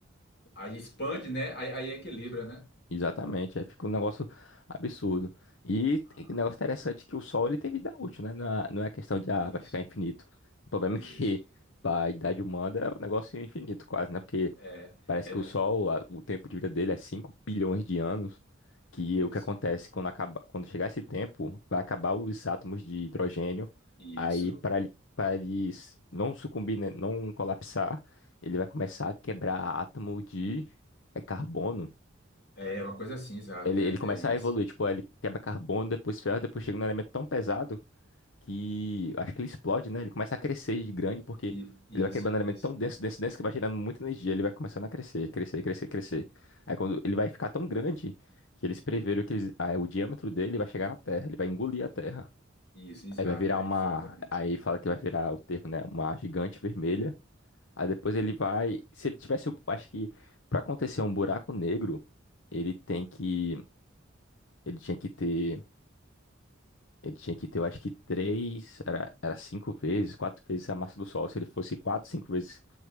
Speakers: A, on the left; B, on the left.
A: aí expande, né? Aí, aí equilibra, né?
B: Exatamente, aí fica um negócio absurdo. E tem
A: Ah,
B: um negócio interessante que o Sol ele tem vida útil, né? Não é não é questão de ah,
A: isso,
B: vai ficar infinito. O problema
A: isso.
B: é que <laughs> para a idade humana é um negócio infinito quase, né? Porque
A: É,
B: parece
A: é,
B: que
A: né?
B: o Sol, a- o tempo de vida dele é 5 bilhões de anos, que
A: Isso,
B: o que acontece quando acaba, quando chegar esse tempo, vai acabar os átomos de hidrogênio.
A: isso.
B: Aí para ele, para ele s- não sucumbir, né? Não colapsar, ele vai começar a quebrar átomo de é carbono
A: É uma coisa assim, exato.
B: ele,
A: É,
B: ele começa
A: é isso.
B: a evoluir, tipo, ele quebra carbono, depois ferro, depois chega num elemento tão pesado que acho que ele explode, né? Ele começa a crescer de grande porque
A: I, isso,
B: ele vai quebrando um elemento
A: isso,
B: tão denso, denso, denso que vai gerando muita energia. Ele vai começando a crescer, crescer, crescer, crescer. Aí quando ele vai ficar tão grande que eles preveram que eles- ah, é, o diâmetro dele vai chegar na Terra, ele vai engolir a Terra.
A: isso, exato.
B: Aí vai virar
A: É
B: uma.
A: exatamente.
B: Aí fala que vai virar o termo, né? Uma gigante vermelha. Aí depois ele vai. Se ele tivesse. o- Acho que pra acontecer um buraco negro, ele tem que. Ele tinha que ter. Ele tinha que ter, eu acho que três, era, era cinco vezes, quatro vezes a massa do Sol. Se ele fosse quatro, cinco vezes